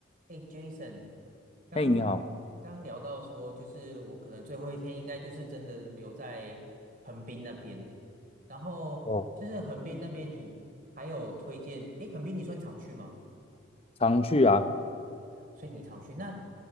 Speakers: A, on the right; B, on the left.
A: 哎，Jason，刚
B: 嘿，你好，
A: 刚聊到说，就是我可能最后一天应该就是真的留在横滨那边，然后就是横滨那边你还有推荐，
B: 哦，
A: 哎，横滨你算常去吗？
B: 常去啊，
A: 所以你常去，那